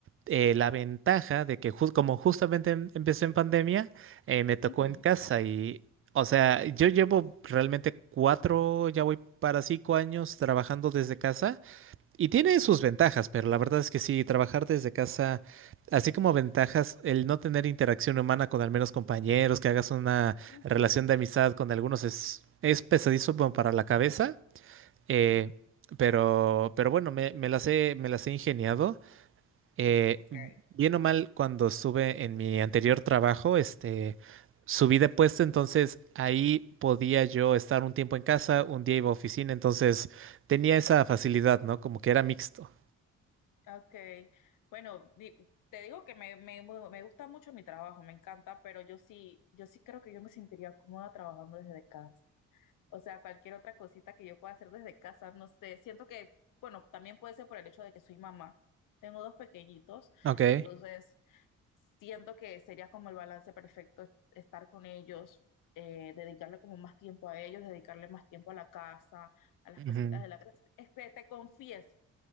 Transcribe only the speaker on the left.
Ujú,
ok.
Ujú,
Sí,
ok.
Ah, Okay, bueno, di- te digo que me, me, bueno, me gusta mucho mi trabajo, me encanta, pero yo sí, yo sí creo que yo me sentiría cómoda trabajando desde casa. O sea, cualquier otra cosita que yo pueda hacer desde casa, no sé, siento que, bueno, también puede ser por el hecho de que soy mamá. Tengo dos pequeñitos
y entonces siento que sería como el balance perfecto estar con ellos, eh, dedicarle como más tiempo a ellos, dedicarle más tiempo a la casa, a las
cositas de la casa. Este, te confieso.